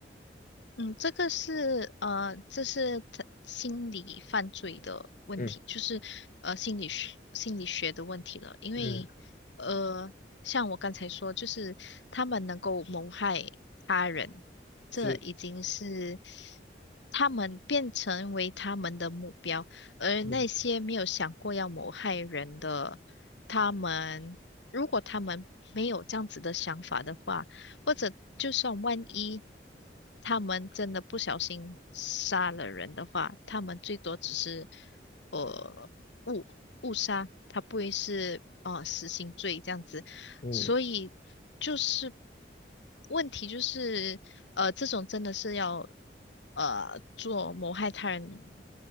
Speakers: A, on the left; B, on the left.
A: 嗯，这个是呃，这是他心理犯罪的问题，
B: 嗯
A: 就是呃心理学心理学的问题了。因为呃，
B: 嗯，
A: 像我刚才说，就是他们能够谋害他人，这已经是
B: 是。
A: 他们变成为他们的目标，而那些没有想过要谋害人的，
B: 嗯。
A: 他们如果他们没有这样子的想法的话。或者就算万一他们真的不小心杀了人的话，他们最多只是呃误误杀，他不会是呃死刑罪这样子。
B: 嗯
A: 所以就是问题就是呃这种真的是要呃做谋害他人